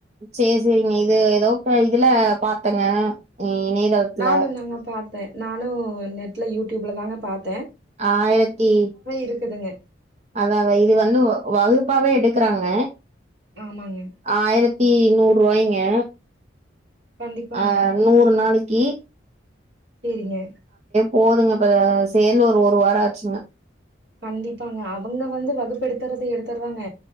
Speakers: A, on the right; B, on the right.
A: சேரி சேரிங்க இது ஏதோ <unintelligible> இதுல பாத்தங்க இ இணையதளத்துல
B: நானு தாங்க பாத்தே நானு நெட்ல யூடியூப்ல தாங்க பாத்
A: ஆயிரத்தி
B: இருக்குதுங்க
A: அதாவ இது வந்து வகுப் ப்பாவே எடுக்கிறாங்க
B: ஆமாங்க
A: ஆயிரத்தி நூற்ரூவாய்ங் ய
B: கண்டிப்பாங்க
A: ஆ நூறு நாளைக்கி
B: சேரிங்க
A: போதுங்க இப்ப சேந்து ஒரு ஒரு வாரோ ஆச்சுங்க
B: கண்டிப்பாங்க அவங்க வந்து வகுப்பு எடுத்துறத எடுத்துற்தாங்க